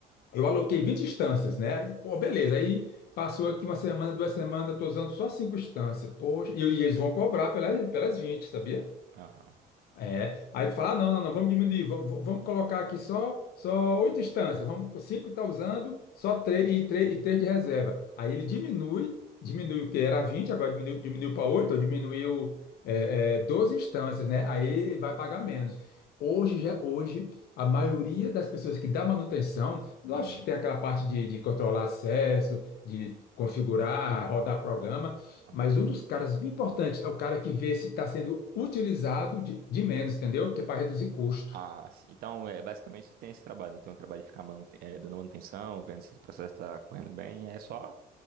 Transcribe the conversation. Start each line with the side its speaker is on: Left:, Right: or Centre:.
Left: eu aloquei 20 instâncias, né? E, pô, beleza. Aí passou aqui uma semana, duas semanas, eu tô usando só cinco instâncias. Poxa, e, e eles vão cobrar pelas, pelas 20, sabia?
Right: Aham.
Left: É. Aí tu fala, ah, não, não, não, vamos diminuir, vamos, vamos vamos colocar aqui só só oito instâncias, vamos, cinco está usando, só três e três e três de reserva. Aí ele diminui, diminui o que era 20 agora diminuiu, diminuiu para 8, ou diminuiu é, é, 12 instâncias, né? Aí ele vai pagar menos. Hoje, já, hoje, a maioria das pessoas que dá manutenção, lógico
Right: Hum.
Left: que tem aquela parte de, de controlar acesso, de configurar, rodar programa,
Right: Ah,
Left: mas um dos caras importantes é o cara que vê se está sendo utilizado de, de menos, entendeu? Que é para reduzir custo.
Right: Ah, sim. Então, é, basicamente, você tem esse trabalho. Não tem um trabalho de ficar manute- eh, dando manutenção, vendo se o processo está correndo bem. É só